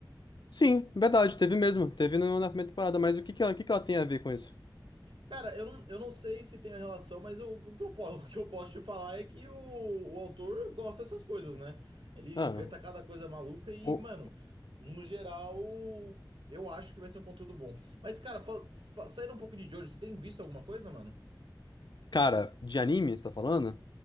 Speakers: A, on the left (about 65°); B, on the right (about 85°).
A: Sim, verdade, teve mesmo, teve no- na primeira temporada, mas o que que ela, o que que ela tem a ver com isso?
B: Cara, eu não, eu não sei se tem relação, mas eu- o que eu, po- <laughs> o que eu posso te falar é que o, o autor gosta dessas coisas, né? Ele
A: Ah,
B: inventa cada coisa maluca e,
A: o,
B: mano, no geral, eu acho que vai ser um conteúdo bom. Mas, cara, fa- fa- saindo um pouco de Jojo, você tem visto alguma coisa, mano?
A: cara, de anime, você tá falando?